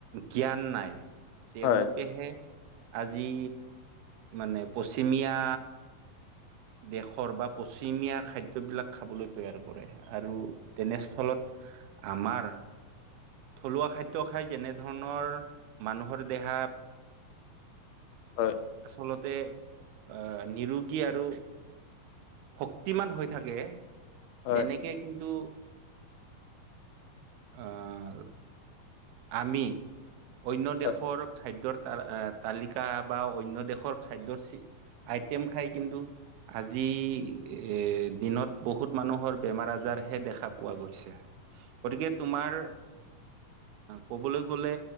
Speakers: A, on the right; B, on the left.
A: জ্ঞান নাই তেওঁলোকেহে।
B: হয়
A: আজি মানে পশ্চিমীয়া। দেশৰ বা পশ্চিমীয়া খাদ্যবিলাক খাবলৈ তৈয়াৰ কৰে আৰু তেনেস্থলত। আমাৰ। থলুৱা খাদ্যয় খাই যেনে ধৰণৰ মানুহৰ দেহাত
B: হয়
A: আচলত। তে আহ নিৰোগী আৰু শক্তিমান হৈ থাকে।
B: হয়
A: তেনেকে কিন্তু অহ। আমি অন্য দেশৰ
B: হয়
A: খাদ্যৰ। ত তালিকা বা অন্য দেশৰ খাদ্যৰ আইটেম খাই কিন্তু। আজি এৰ দিনত বহুত মানুহৰ বেমাৰ আজাৰহে দেখা পোৱা গৈছে। গতিকে তোমাৰ। ক'বলৈ গ'লে